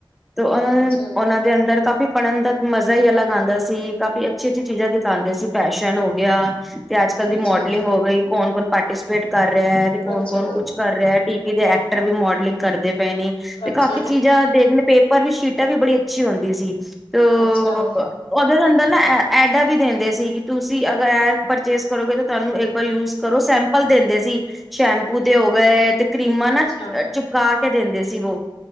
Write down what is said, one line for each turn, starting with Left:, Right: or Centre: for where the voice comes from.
Centre: ਤੇ ਉਨ,
Left: ਅੱਛਾ
Centre: ਉਹਨਾਂ ਦੇ ਅੰਦਰ ਕਾਫੀ ਪੜਨ। ਮਜ਼ਾ ਹੀ ਅਲੱਗ ਆਉਂਦਾ ਸੀ, ਕਾਫ਼ੀ ਅੱਛੀ ਅੱਛੀ ਚੀਜ਼ਾਂ ਦਿਖਾਉਂਦੇ ਸੀ, ਫੈਸ਼ਨ ਹੋ ਗਿਆ। ਤੇ ਅੱਜ ਕਲ ਦੀ
Left: ਅੱਛਾ
Centre: ਮੋਡਲਿੰਗ ਹੋ ਗਈ ਕੌਣ ਕੌਣ ਪਾਰਟੀਸੀਪੇਟ। ਕਰ ਰਿਹਾ ਹੈ, ਤੇ ਕੌਣ
Left: ਅੱਛਾ
Centre: ਕੌਣ ਕੁਛ ਕਰ ਰਿਹਾ ਟੀ ਵੀ ਦੇ ਵੀ ਮੋਡਲਿੰਗ ਕਰਦੇ। ਪਏ ਨੇ, ਤੇ
Left: ਅੱਛਾ
Centre: ਕਾਫ਼ੀ ਚੀਜ਼ਾਂ ਦੇਖ ਲ ਪੇਪਰ ਵੀ ਸ਼ੀਟਾਂ ਵੀ ਬੜੀ ਅੱਛੀ ਹੁੰਦੀ ਸੀ। ਤ ਉਹਦੇ
Left: ਅੱਛਾ
Centre: ਅੰਦਰ ਨਾ ਐਡਾਂ ਵੀ ਦਿੰਦੇ ਸੀ ਕਿ, ਤੁਸੀਂ ਅਗਰ ਇਹ ਪਰਚੇਸ ਕਰੋਗੇ ਤਾਂ ਤੁਹਾਨੂੰ ਯੂਜ ਕਰੋ ਸੈਂਪਲ ਦਿੰਦੇ ਸੀ, ਸ਼ੈਂਪੂ ਦੇ ਹੋ ਗਏ ਤੇ ਕਰੀਮਾਂ
Left: ਅੱਛਾ
Centre: ਨਾ ਚਿਪਕਾ ਕੇ ਦਿੰਦੇ ਸੀ, ਵੋ